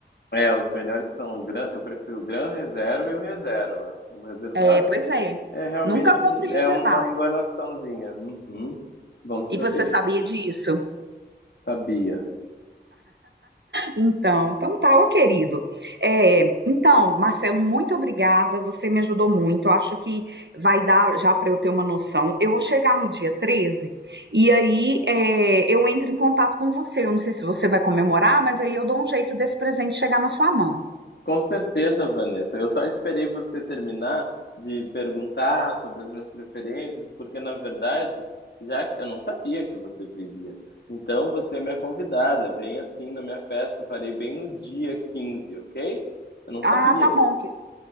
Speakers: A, on the left (about 65°); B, on the right (about 70°).
A: É, os melhores são o gran eu prefiro o Gran Reserva e o Reserva. O reservado
B: É, pois é.
A: é realmente
B: Nunca compre reservado.
A: é uma enganaçãozinha. Uhum. Bom saber.
B: E você sabia disso?
A: Sabia.
B: Então, então tá, ó, querido. É, então, Marcelo, muito obrigada. Você me ajudou muito. Eu acho que vai dar já para eu ter uma noção. Eu vou chegar no dia 13 e aí é, eu entro em contato com você. Eu não sei se você vai comemorar, mas aí eu dou um jeito desse presente chegar na sua mão.
A: Com certeza, Vanessa. Eu só esperei você terminar de perguntar sobre as minhas preferências, porque na verdade, já que eu não sabia que você viria. Então você é minha convidada. vem assim na minha festa. Farei bem no dia 15, ok? Eu não
B: Ah,
A: sabia.
B: tá bom, querido.